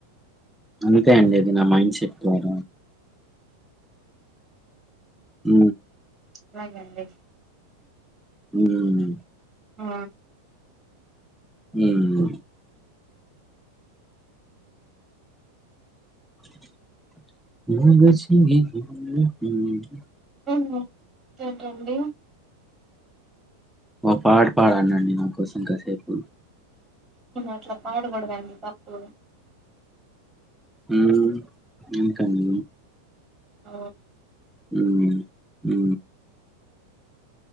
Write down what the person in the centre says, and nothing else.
అంతే అండి అది నా మైండ్ సెట్ వర ఉ
ఉమ్
ఉమ్ <unintelligible>
ఓ పాట పాడండి అండి నాకోసం కాసేపు
ఊ ఇంకానీ
ఉ ఉ